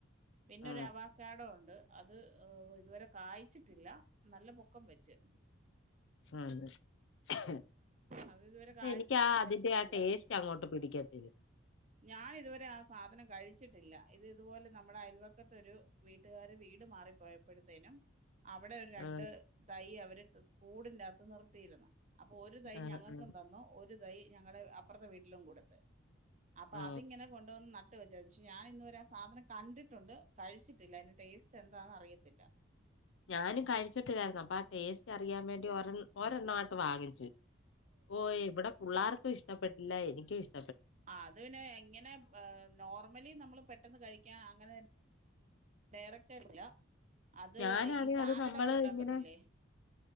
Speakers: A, on the right; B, on the left.
A: പിന്നൊരു
B: ആ ആ
A: അവാക്കാടൊ ഉണ്ട് അത് ഇതുവരെ കായ്ച്ചിട്ടില്ല നല്ല പൊക്ക ക്കം വെച്ച്
B: ഫാൻറ്റൈ
A: അത് ഇതുവരെ കാഴ്ച
B: എനിക്കാ
A: നമ്മൾ കഴിച്ചിട്ടില്ല
B: അതിന്റെ ആ ടേസ്റ്റ് അങ്ങോട്ട് പിടിക്കത്തില്ല
A: ഞാനിതുവരെ ആ സാധനം കഴിച്ചിട്ടില്ല ഇത് ഇതുപോലെ നമ്മളെ അയൽവക്കത്തൊരു വീട്ടുകാര് വീട് ട് മാറിപ്പോയപ്പഴ്ത്തേനും അവിടൊരു രണ്ട്
B: ആ
A: തൈ അവര് ത് കൂടിന്റാത്ത് നിർത്തിയിരുന്ന അപ്പൊ ഒരു തൈ
B: ആ
A: ഞങ്ങക്കും
B: ആ
A: തന്നു ഒരു തൈ ഞങ്ങടെ അപ്പ് അപ്പർത്തെ വീട്ടിലും കൊടുത്ത് അപ്പൊ
B: ആ
A: അതിങ്ങനെ കൊണ്ടോന്ന് നട് വിചാരിച്ചു ഞാനിന്ന് വരെ ആ സാധനം കണ്ടിട്ടുണ്ട് കഴിച്ചിട്ടില്ല അയിന്റെ ടേസ്റ്റ് എന്താന്ന് അറിയത്തില്ല
B: ഞാനും കഴിച്ചിട്ടില്ലായിരുന്നു അപ്പൊ ആ ടേസ്റ്റ് അറിയാൻ വേണ്ടി ഒരെ ഒരെണ്ണം പ്പൊ വാങ്ങിച്ച് ഓ ഏവടെപ്പ് പുള്ളാർക്കും ഇഷ്ടപ്പെട്ടില്ല എനിക്കും ഇഷ്
A: ആ അത് പിന്നെ എങ്ങെനെ പേ നോർമലി നമ്മള് പെട്ടെന്ന് കഴിക്ക്യാ അങ്ങനെ ഡയറക്ടായിട്ടില്ല അത്
B: ഞാനാണെങ്കിൽ
A: ഈ സാലഡ്
B: അത് നമ്മൾ
A: ഒക്കെ ഉണ്ടാക്കത്തില്ലേ
B: ഇങ്ങനെ